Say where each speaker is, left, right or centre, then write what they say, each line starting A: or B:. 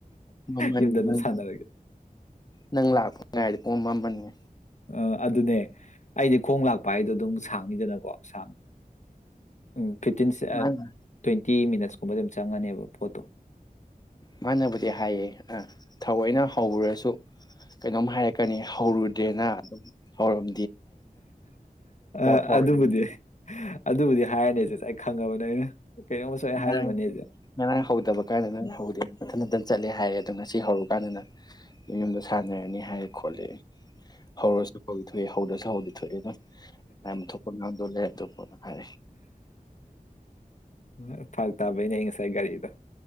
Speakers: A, on the left; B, on the left.
A: ꯃꯃꯅꯤ
B: ꯌꯨꯝꯗ ꯑꯗꯨꯝ
A: ꯅꯪ
B: ꯁꯥꯟꯅꯔꯒꯦ
A: ꯅꯪ ꯂꯥꯛꯄ ꯉꯥꯏꯗꯤꯀꯣ ꯄꯨꯝꯃꯝ ꯃꯝꯃꯅꯤ
B: ꯑ ꯑꯗꯨꯅꯦ ꯑꯩꯗꯤ ꯈꯣꯡ ꯂꯥꯛꯄ ꯍꯥꯏꯗꯣ ꯑꯗꯨꯝ ꯁꯥꯡꯅꯤꯗꯅꯀꯣ ꯁꯗ ꯎꯝ ꯐꯤꯞꯇꯤꯟꯁꯦ
A: ꯃꯥꯅ
B: ꯇ꯭ꯋꯦꯟ ꯇꯤ ꯃꯤꯅꯠꯁ ꯀꯨꯝꯕ ꯑꯗꯨꯝ ꯆꯪꯉꯅꯦꯕ ꯄꯣꯠꯇꯣ
A: ꯃꯥꯅꯕꯨꯗꯤ ꯍꯥꯏꯌꯦ ꯑ ꯊꯑꯣꯏꯅ ꯍꯧꯔꯨꯔꯁꯨ ꯀꯩꯅꯣꯝ ꯍꯥꯏꯔꯛꯀꯅꯤ ꯍꯧꯔꯨꯗꯦꯅ ꯑꯗꯨꯝ ꯍꯧꯔꯝ
B: ꯑ
A: ꯐꯥꯎꯔꯛꯏ
B: ꯑꯗꯨꯕꯨꯗꯤ ꯑꯗꯨꯕꯨꯗꯤ ꯍꯥꯏꯔꯅꯤ ꯑꯩ ꯈꯪꯉꯕꯅ‌ꯦ ꯑꯩꯅ ꯀꯩꯅꯣꯝꯃ ꯁꯣꯏ ꯍꯥꯏꯔꯝꯃꯅꯤ
A: ꯅꯥꯏ ꯅꯅꯥꯥꯏ ꯍꯧꯗꯕ ꯀꯥꯏꯅ ꯅꯪꯥꯏ ꯍꯧꯗꯦ ꯃꯊꯟ ꯃꯊ ꯆꯠꯂꯦ ꯍꯥꯏꯔꯦ ꯑꯗꯣ ꯉꯁꯤ ꯍꯧꯔꯨꯀꯥꯟꯗ ꯌꯨꯝꯗ ꯁꯥꯟꯅꯔꯅꯤ ꯍꯥꯏꯔꯦ ꯈꯣꯠꯂꯦ ꯍꯧꯔꯁꯨ ꯀꯧ ꯍꯣꯏ ꯍꯧꯗ꯭ꯔꯁꯨ ꯍꯧꯗꯦ ꯊꯣꯛꯑꯅ ꯑꯝ ꯊꯣꯛꯄꯗ‌ꯣꯂꯦ <unintelligible> ꯍꯥꯏ
B: ꯎ ꯐꯥꯛ ꯇꯥꯕꯩꯅꯦ ꯑꯩ ꯉꯁꯥꯏ ꯒꯥꯔꯤꯗꯣ